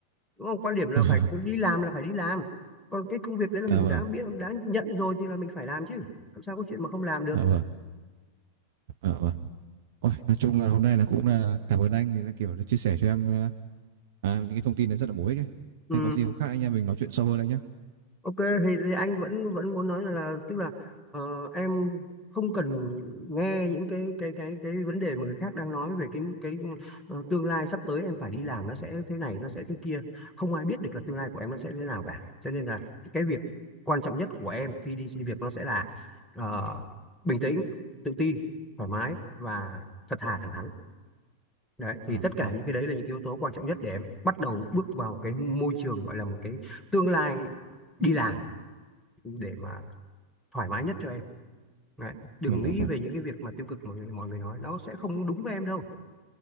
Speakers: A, in the centre; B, on the right.
A: đúng không quan điểm là
B: <laughs>
A: phải đi làm là phải đi làm còn cái công việc đấy là
B: Dạ
A: mình
B: vâng.
A: đã biết đã nhận rồi thì là mình phải làm chứ làm sao có chuyện mà không làm được
B: Dạ vâng. Dạ vâng. Ôi, nói chung là hôm nay là cũng là cảm ơn anh thì nó kiểu là chia sẻ cho em à, à, những cái thông tin nó rất là bổ ích ấy.
A: ừ.
B: Nên có gì không khác anh em mình nói chuyện sâu hơn anh nhé.
A: Ok thì, thì anh vẫn vẫn muốn nói là, là tức là ờ, em không cần nghe những cái cái cái cái vấn đề mà người khác đang nói về cái cái ờ, tương lai sắp tới em phải đi làm nó sẽ thế này nó sẽ thế kia không ai biết được là tương lai của em nó sẽ thế nào cả cho nên là cái việc quan trọng nhất của em khi đi xin việc nó sẽ là ờ, bình tĩnh tự tin thoải mái và thật thà thẳng thắn đấy thì
B: à
A: tất cả
B: vâng.
A: những cái đấy là những cái yếu tố quan trọng nhất để em bắt đầu bước vào cái môi trường gọi là một cái tương lai đi làm để mà thoải mái nhất cho em đấy. đừng
B: Dạ vâng.
A: nghĩ
B: Vâng.
A: về những cái việc mà tiêu cực mà người, mọi người nói nó sẽ không đúng với em đâu